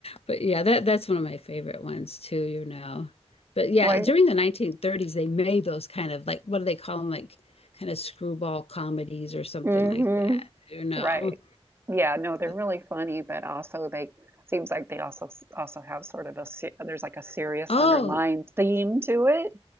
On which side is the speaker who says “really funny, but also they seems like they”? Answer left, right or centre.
Right